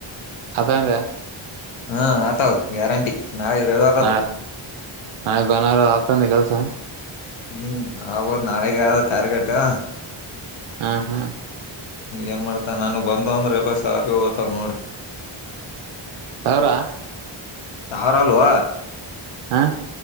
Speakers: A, on the right (about 75°); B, on the left (about 65°).
A: ಆತ್ತವಂದೇ
B: ಹ್ಮ ಆತಾವ ಗ್ಯಾರಂಟಿ ನಾಳೆ ರೆವೆ
A: ಹಾ ನಾಳೆ ಭಾನರ ಆತಂದೆ ಕೆಲಸ
B: ಹ್ಮ್ ಆವೂ ನಾಳಗೆ ಆದ ಟಾರ್ಗೆಟೂ
A: ಹ್ಮ್ ಹ್ಮ್
B: ಏನ್ ಮಾಡ್ತಾನೇನೋ ನಾನು ಬಂದು ಅಂದ್ರೆ ಎಲ್ಲ ಸಾರ್ಗ ಅದೂ ಹೋತ್ತವ್ ನೋಡೂ
A: ಸವಿರಾ.
B: ಸಾವಿರ ಅಲ್ವೋ.
A: ಹಾ.